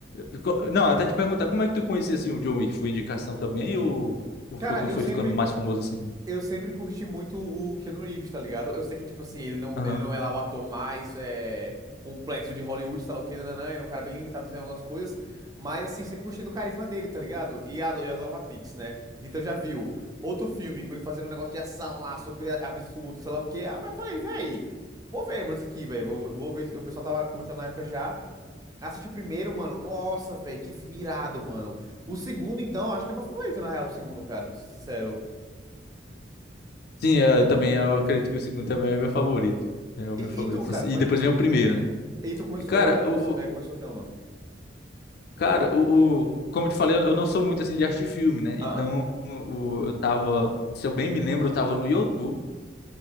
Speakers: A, on the left; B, on the right.
A: eu co- não, até te perguntar, como é que tu conhecia assim o John Wick? Foi indicação também ou, ou
B: Cara,
A: foi quando
B: eu
A: foi
B: sempre,
A: ficando mais famoso assim?
B: Eu sempre curti muito o Keanu Reeves, tá ligado? Eu sei que, tipo assim, ele não,
A: Aham.
B: ele não é lá o ator mais é, complexo de Hollywood, sei lá o quê, nananã, ele é um cara bem limitado em algumas coisas, mas, assim, sempre gostei do carisma dele, tá ligado? E a e adoro Matrix, né? Então já viu outro filme com ele fazendo um negócio de ação lá, super a- absurdo, sei lá o quê. Ah, eu falei, véi, vou ver, mano, isso aqui, véi, vou, vou ver. O pessoal tava comentando na época já. Assisti o primeiro, mano, nossa, véi, que filme irado, mano. O segundo, então, acho que é meu favorito, na real, o segundo, cara, pra ser sincero.
A: Sim, é, eu também, eu acredito que o segundo também é o meu favorito. É o meu
B: E,
A: favorito.
B: e tu, cara,
A: E depois vem o primeiro, né?
B: E tu começou.
A: E, Cara,
B: É, co- consi-
A: o,
B: é,
A: o-
B: começou que não?
A: cara, o, o- como eu te falei, eu eu não sou muito assim de assistir filme, né? Então,
B: Ah,
A: o, eu tava, se eu bem me lembro, eu tava no YouTube.